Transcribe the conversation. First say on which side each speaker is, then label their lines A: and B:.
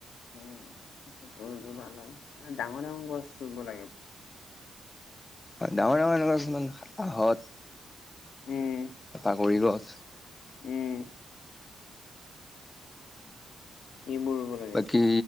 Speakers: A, on the left; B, on the left.
A: উম <unintelligible> এনে ডাঙৰ ডাঙৰ গছ ৰুব লাগে।
B: ডাঙৰ ডাঙৰ এনে কিছুমান হত,
A: উম,
B: বাগৰি গছ।
A: উম। এইবোৰ ৰুব -
B: বাকী